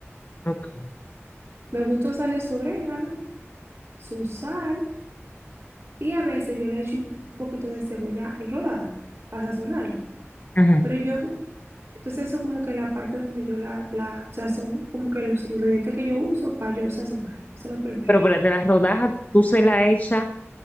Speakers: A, on the left (about 35°); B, on the right (about 40°).
A: Ok.
B: Me gusta usarle su orégano, su sal y a veces yo le echo un poquito de cebolla en rodaja para sazonarlo.
A: Ujú.
B: Pero yo, entonces eso como que la parte donde yo la, la sazón, como que los ingredientes que yo uso para yo sazonar. Eso es lo primero,
A: Pero espérate, las rodajas, ¿tú se la echas